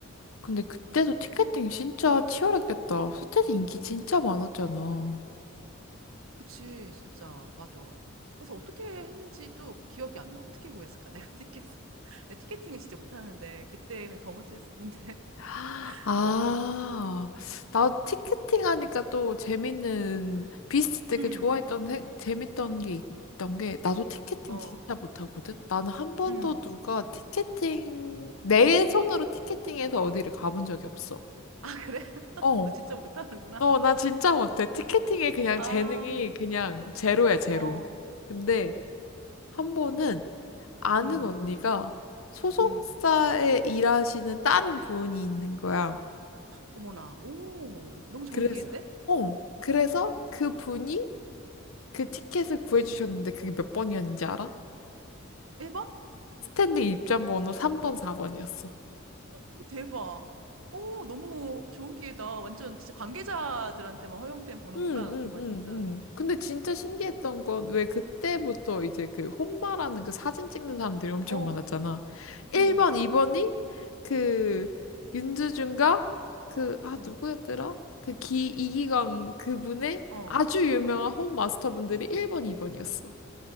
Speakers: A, on the left; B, on the right.
A: 근데 그때도 티켓팅 진짜 치열했겠다. 소태지 인기 진짜 많았잖아.
B: 그치, 진짜. 맞아. 그래서 어떻게 했는지도 기억이 안 나. 어떻게 구했을까? 내가 티켓을. <laughs> 내 티켓팅을 진짜 못하는데, 그때는 더 못했을 텐데.
A: <gasps>
B: <laughs>
A: 아,
B: 어,
A: 나 티켓팅 하니까 또 재밌는, 비스트 되게
B: 음,
A: 좋아했던, 생- 재밌던 게 있던 게, 나도 티켓팅
B: 어,
A: 진짜 못하거든? 나는 한 번도
B: 음.
A: 누가 티켓팅, 내 손으로 티켓팅해서 어디를 가본 적이 없어.
B: 아, 그래? <laughs>
A: 어,
B: 너 진짜 못하는구나.
A: 어, 나 진짜 못해. 티켓팅에 그냥
B: <laughs>
A: 재능이
B: 아,
A: 그냥 제로야, 제로.
B: 어,
A: 근데 한 번은 아는
B: 음,
A: 언니가 소속사에
B: 음.
A: 일하시는 다른 분이 있는 거야.
B: 어머나. 오, 너무 좋은
A: 그래서,
B: 기회인데?
A: 어, 그래서 그 분이 그 티켓을 구해주셨는데 그게 몇 번이었는지 알아?
B: 1번?
A: 스탠딩 입장 번호 3번, 4번이었어.
B: 오, 대박. 오, 너무 좋은 기회다. 완전 진짜 관계자들한테만 허용된 번호구나.
A: 응, 응,
B: 그건
A: 응,
B: 진짜.
A: 응. 근데 진짜 신기했던 건 왜 그때부터 이제 그 혼바라는 그 사진 찍는 사람들이 엄청
B: 어,
A: 많았잖아. 1번,
B: 음.
A: 2번이 그 윤주준과 그, 아,
B: 음.
A: 누구였더라? 그 기, 이기광 그분의
B: 어.
A: 아주 유명한 홈 마스터분들이 1번, 2번이었어.